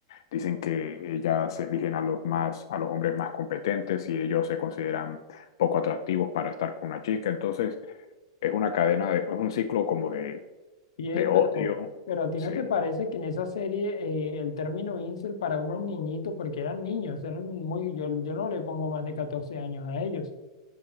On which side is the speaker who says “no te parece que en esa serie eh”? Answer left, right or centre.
Left